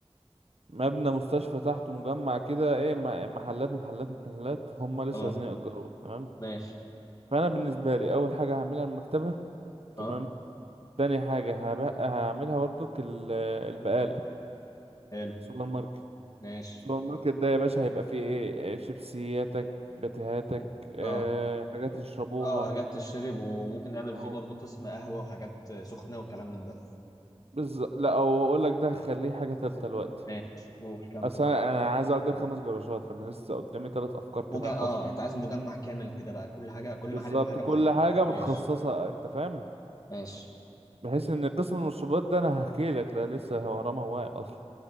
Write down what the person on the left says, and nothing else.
اه
ماشي
اه
حلو
ماشي
اه
اه حاجات تشرب وممكن نعمل فيه
برضه قسم قهوة وحاجات سخنة وكلام من ده
ماشي قول كمل
مجا...
اه انت عايز مجمع كامل كده بقى كل حاجة كل
محل له حاجة
معينة
ماشي
ماشي